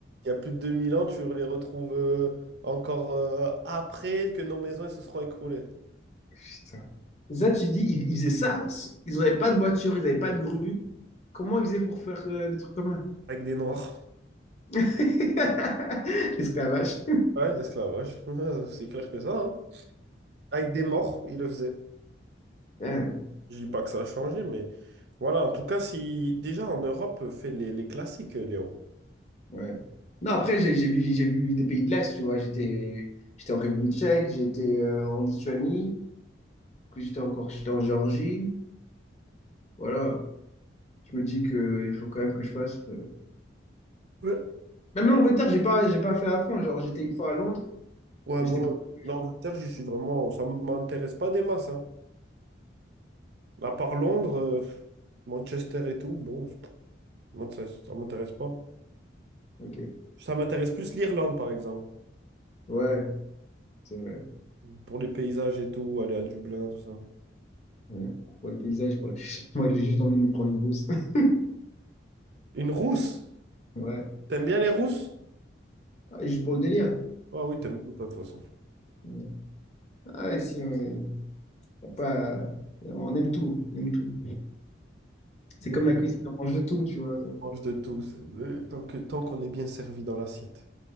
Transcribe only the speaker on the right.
il y a plus de 2000 ans, tu les retrouves euh, encore euh, après que nos maisons elles se seront écroulées.
Avec des noirs.
Ouais, l'esclavage. <laughs> C'est clair que ça, hein. Avec des morts, ils le faisaient.
Je dis pas que ça a changé, mais voilà, en tout cas, si déjà en Europe, fait les, les classiques, Léon.
Ouais.
Ouais,
moi,
l'Angleterre,
je suis vraiment, ça ne m'intéresse pas des masses, hein. À part Londres, euh, Manchester et tout, bon, moi, ça, ça m'intéresse pas.
Ça m'intéresse plus l'Irlande, par exemple,
pour les paysages et tout, aller à Dublin, tout ça.
Une rousse!
T'aimes bien les rousses?
Ah oui, t'aimes tout, toi, de toute façon.
Mais
on mange de tout, c'est- tant que, tant qu'on est bien servi dans l'assiette.